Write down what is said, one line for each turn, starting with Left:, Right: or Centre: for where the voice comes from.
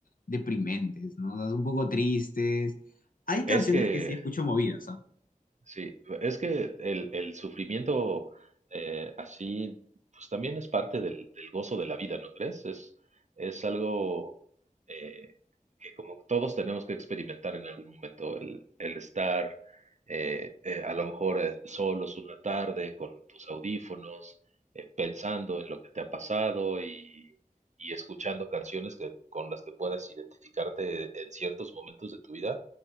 Left: deprimentes, ¿no? O sea, son un poco tristes. Hay canciones
Right: es que
Left: que sí escucho movidas, ¿ah?
Right: Sí, e, es que el, el sufrimiento eh, así, pues también es parte del, del gozo de la vida, ¿no crees? Es, es algo, eh, que como todos tenemos que experimentar en algún momento, el, el estar eh, eh, a lo mejor eh, solos una tarde con tus audífonos, eh, pensando en lo que te ha pasado y, y escuchando canciones que, con las que puedas identificarte en ciertos momentos de tu vida,